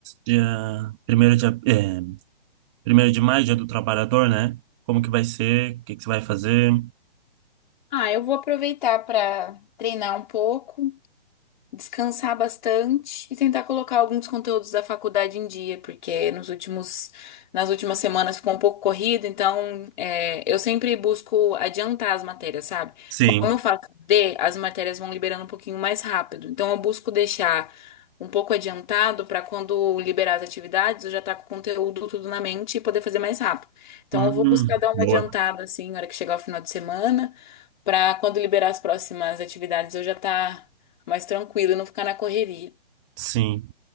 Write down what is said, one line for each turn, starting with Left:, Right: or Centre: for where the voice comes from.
Right: dia primeiro de, ap- é, 1 de maio, Dia do Trabalhador, né? Como que vai ser? O que que você vai fazer?
Left: Ah, eu vou aproveitar para treinar um pouco descansar bastante e tentar colocar alguns conteúdos da faculdade em dia, porque nos últimos, nas últimas semanas ficou um pouco corrido, então é, eu sempre busco adiantar as matérias, sabe?
Right: Sim.
Left: Como eu faço D, as matérias vão liberando um pouquinho mais rápido, então eu busco deixar um pouco adiantado para quando liberar as atividades, eu já estar com o conteúdo tudo na mente e poder fazer mais rápido. Então
Right: Hum,
Left: eu vou buscar dar uma
Right: boa.
Left: adiantada assim, na hora que chegar o final de semana. para quando liberar as próximas atividades, eu já estar mais tranquilo e não ficar na correria.
Right: Sim.